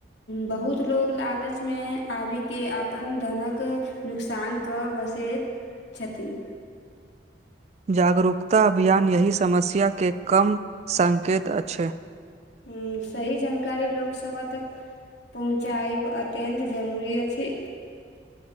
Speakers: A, on the left (about 85°); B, on the right (about 40°).
A: बहुत लोग लालच मे आबि के अपन धनक नुकसान कऽ बसेत छथि
B: जागरूकता अभियान यही समस्या के कम संकेत अछि
A: ह सही जानकारी लोकसभा तक पहुँचायब अत्यंत जरूरी अछि